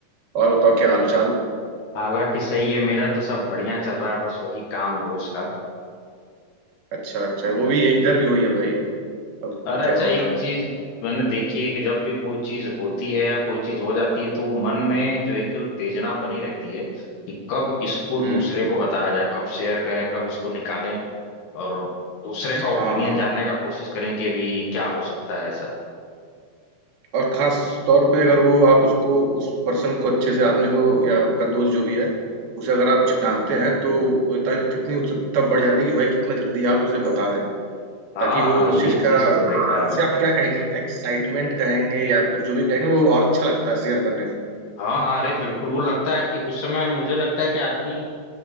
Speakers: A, on the right (about 80°); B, on the left (about 80°).
A: और बताओ क्या हाल चाल
B: हालांकि सही है मेरा तो सब बढ़िया चल रहा है बस वही काम रोज का
A: अच्छा अच्छा वो भी यही- इधर भी वही है भाई अब
B: अरे अच्छा
A: क्या बताएं
B: एक चीज मैंने देखी है कि जब भी कोई चीज होती है या कोई चीज हो जाती है तो वो मन में जो है कि उत्तेजना बनी रहती है कि कब इसको दूसरे
A: हम्म
B: को बताया जाए कब शेयर करें कब इसको निकालें और दूसरे का ओपिनियन
A: हाँ हाँ
B: जानने का कोशिश करें कि भी क्या हो सकता है ऐसा
A: और खास तौर पे अगर वो आप उसको उस पर्सन को अच्छे से आदमी को या आपका दोस्त जो भी है उसे अगर आप जानते हैं तो वो होता है कि कितनी उत्सुकता बढ़ जाती है कि भाई कितना जल्दी आप उसे बता दें
B: हाँ
A: ताकि
B: हाँ
A: वो उस
B: ये
A: चीज का
B: चीज तो देखा है
A: उसे
B: मैंने
A: आप क्या कहेंगे एक्साइटमेंट कहेंगे या फिर जो भी कहेंगे वो और अच्छा लगता है शेयर करने में
B: हाँ हाँ अरे बिल्कुल वो लगता है कि उस समय मुझे लगता है कि आदमी